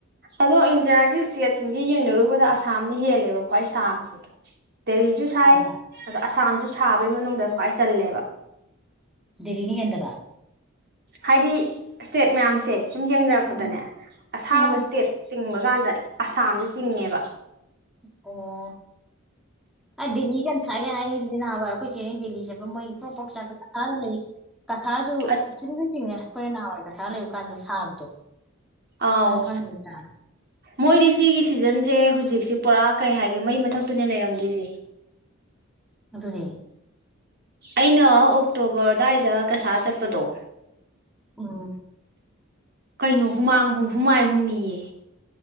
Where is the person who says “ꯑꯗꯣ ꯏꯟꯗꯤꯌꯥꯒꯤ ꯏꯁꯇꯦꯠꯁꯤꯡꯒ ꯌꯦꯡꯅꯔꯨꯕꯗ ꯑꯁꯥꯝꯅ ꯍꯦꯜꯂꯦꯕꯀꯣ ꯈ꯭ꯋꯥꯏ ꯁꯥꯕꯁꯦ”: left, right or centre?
Right